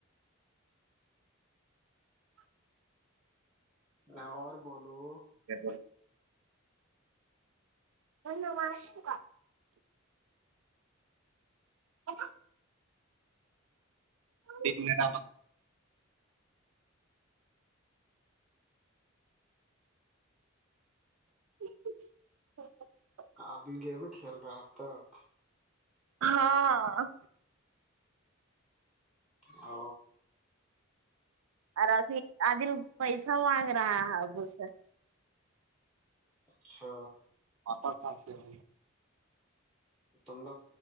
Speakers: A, in the centre; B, on the right.
A: اور بولو
B: کیا ن مارش کاا ا ایک منٹ آ ھ
A: آدھی گیم کھیل رہا ہے اب تک
B: ہاں
A: ا
B: ار ابھی آدھی پیس مانگ رہا ہ ابوس
A: اچھا
B: اتر تھا سے ب
A: تم لوگ